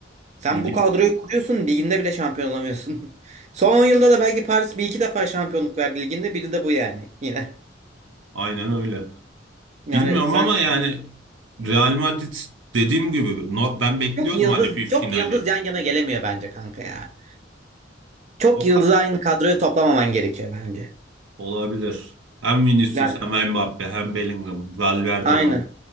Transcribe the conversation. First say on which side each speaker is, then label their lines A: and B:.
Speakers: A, on the right; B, on the right.
A: Sen
B: Ligi
A: bu kadroyu kuruyorsun liginde bile şampiyon olamıyorsun. <laughs> Son 10 yılda da belki Paris bir iki defa şampiyonluk verdi liginde biri de bu yani yine.
B: aynen öyle.
A: Yani
B: Bilmiyorum
A: sen
B: ama yani Real Madrid dediğim gibi no- ben bekliyordum
A: Çok yıldız,
B: hani bir finali.
A: çok yıldız yan yana gelemiyor bence kanka ya. Çok
B: O
A: yıldız
B: kadar.
A: aynı kadroyu toplamaman gerekiyor bence.
B: Olabilir. Hem Vinicius
A: Yani
B: hem Mbappe hem Bellingham. Valverde
A: aynı.
B: var